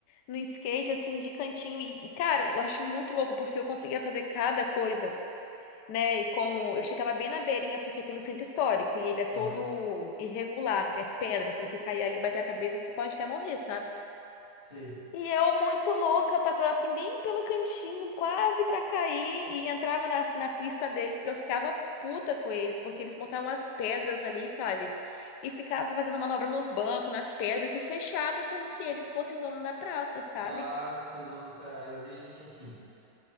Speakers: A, on the left (about 70°); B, on the left (about 20°).
A: no skate, assim, de cantinho. E, e, cara, eu acho muito louco, porque eu conseguia fazer cada coisa, né? E como eu chegava bem na beirinha, porque tem um centro histórico, e ele é todo
B: Aham,
A: irregular, é pedra. Se você cair ali e bater a cabeça, você pode até morrer, sabe?
B: sei.
A: E eu, muito louca, passava assim bem pelo cantinho, quase pra cair, e entrava na, na pista deles, que eu ficava puta com eles, porque eles botavam as pedras ali, sabe? E ficava fazendo manobra nos bancos, nas pedras, e fechava como se eles fossem dono da praça, sabe?
B: Ah, os cuzão do caralho, eu odeio gente assim.